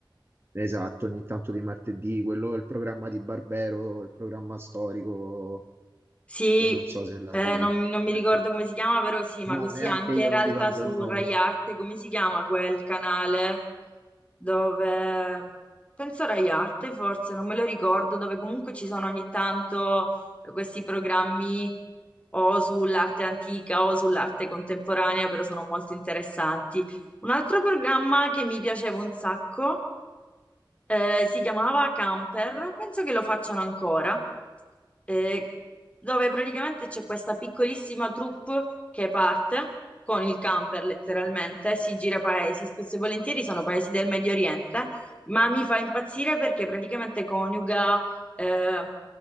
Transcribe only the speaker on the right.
Esatto, ogni tanto di martedì, quello è il programma di Barbero, il programma storico,
che non so se l'hai...
ecco.
No,
neanche
io
mi ricordo
il nome.